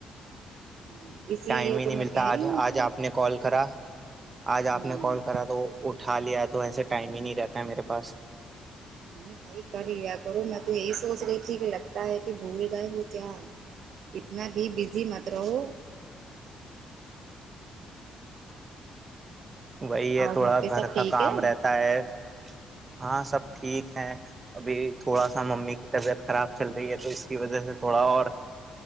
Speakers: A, on the right (about 70°); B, on the right (about 30°).
A: ہوں اسی
B: ٹائم
A: لیے
B: ہی نہیں
A: تو میں
B: ملتا
A: کہہ
B: آج
A: رہی
B: آج
A: کہ
B: آپ نے کال کرا آج آپ
A: ہوں
B: نے کال کرا تو اٹھا لیا تو ایسے ٹائم ہی نہیں رہتا ہے میرے پاس
A: نہیں بھائی کر لیا کرو میں تو یہی سوچ رہی تھی کہ لگتا ہے کہ بھول گائے وہ کیا ہے اتنا بھی بزی مت رہو
B: وہی ہے
A: اور
B: تھوڑا
A: پہ
B: گھر
A: سب ٹھیک
B: کا کام
A: ہے
B: رہتا ہے ہاں سب ٹھیک ہے ابھی تھوڑا سا ممی کی طبیعت خراب چل رہی ہے تو اس کی وجہ سے تھوڑا اور